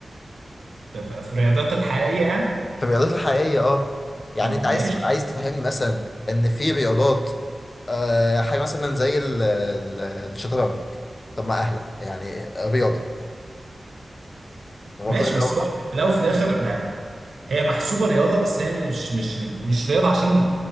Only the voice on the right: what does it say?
ف- ف- في الرياضات الحقيقية يعني
طب
ماشي
ماشي
بس هو في الأول وفي الآخر ما هي محسوبة رياضة بس هي مش مش مش رياضة عشان